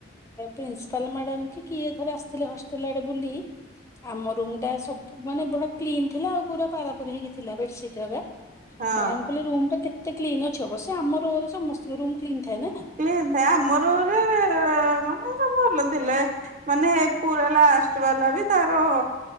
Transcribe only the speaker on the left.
ପ୍ରିନ୍ସିପାଲ ମ୍ୟାଡାମ କି କିଏ ଥରେ ଆସିଥିଲେ ହଷ୍ଟେଲ ଆଡେ ବୁଲି ଆମ ରୁମ୍ ଟା ସବୁ ମାନେ ପୁରା କ୍ଲିନ ଥିଲା ଆଉ ପୁରା ପାରା ପାରି ହେଇକି ଥିଲା ବେଡସିଟ୍ <unintelligible> ମ୍ୟାଡାମ୍
କହିଲେ ରୁମ୍ ଟା କେତେ କ୍ଲିନ୍‌ ଅଛି। ଅବଶ୍ୟ ସେ ଆମ ରୋରେ ସମସ୍ତଙ୍କ ରୁମ୍ କ୍ଲିନ ଥାଏ ନା।